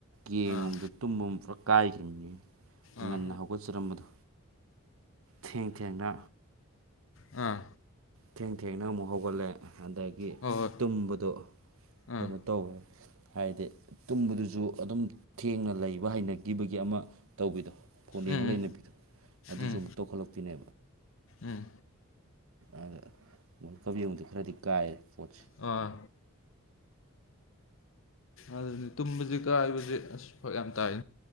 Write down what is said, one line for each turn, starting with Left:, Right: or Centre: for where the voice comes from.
Right: ꯌꯦꯡꯉꯨꯕꯗꯣ
Left: ꯑꯥ
Right: ꯇꯨꯝꯃꯨ ꯀꯥꯏꯈꯔꯤꯅꯤ ꯉꯟꯅ
Left: ꯑꯥ
Right: ꯍꯧꯒꯠꯆꯔꯝꯕꯗꯣ ꯊꯦꯡ ꯊꯦꯡꯅ
Left: ꯑꯥ
Right: ꯊꯦꯡ ꯊꯦꯡꯅ ꯑꯃꯨꯛ ꯍꯧꯒꯠꯂꯦ ꯑꯗꯒꯤ
Left: ꯍꯣꯏ ꯍꯣꯏ
Right: ꯇꯨꯝꯕꯗꯣ
Left: ꯑꯥ
Right: ꯀꯩꯅꯣ ꯇꯧ ꯍꯥꯏꯗꯤ ꯇꯨꯝꯕꯗꯨꯁꯨ ꯑꯗꯨꯝ ꯊꯦꯡꯅ ꯂꯩꯕ ꯍꯩꯅꯈꯤꯕꯒꯤ ꯑꯃ ꯇꯧꯕꯤꯗꯣ ꯐꯣꯟ ꯌꯦꯡꯉꯥ
Left: ꯎꯝ ꯎꯝ
Right: ꯂꯩꯅꯕꯤꯗꯣ ꯑꯗꯨꯁꯨ
Left: ꯎꯝ
Right: ꯑꯃꯨꯛ ꯇꯧꯈꯠꯂꯛꯄꯤꯅꯦ
Left: ꯎꯝ
Right: ꯑꯗꯥ ꯋꯥꯔꯜ ꯀꯞ ꯌꯦꯡꯕꯥꯗ ꯈꯔꯗꯤ ꯀꯥꯏꯔꯦ ꯄꯣꯠꯁꯦ
Left: ꯑꯥ ꯑꯗꯨꯅꯦ ꯇꯨꯝꯕꯁꯤ ꯀꯥꯏꯕꯁꯦ ꯑꯁ ꯐꯔꯛ ꯌꯥꯝ ꯇꯥꯏ